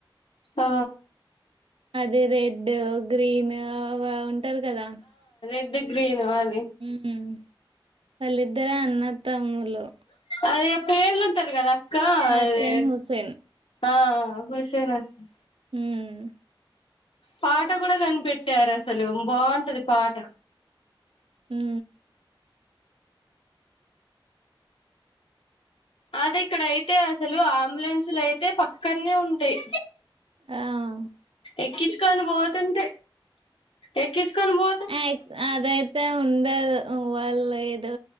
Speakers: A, on the left; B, on the right.
A: ఆ
B: అది రెడ్ గ్రీన్ ఆహ్ ఓ ఉంటారు కదా
A: అంతా గ్రీన్ వాల్
B: హుహ్ వాళ్ళిద్దర అన్న తమ్ములు
A: అదే పేర్లుంటారు కదా కా
B: హసన్
A: అరే
B: హుసేన్
A: ఆ హుసెన్ హుసెన్
B: హూమ్
A: పాట కూడా కనిపెట్టారు అసలు బాగుంటది పాట
B: హూ
A: అది ఇక్కడ అయితే అసలు అంబులెన్సులు అయితే పక్కన్నే ఉంటాయి.
B: ఆహ్
A: ఎక్కిచ్చుకోనీ పోతుంటే ఎక్కిచ్చుకోని బో
B: అయైక్ అదైతే ఉండదు వాళ్ళేదో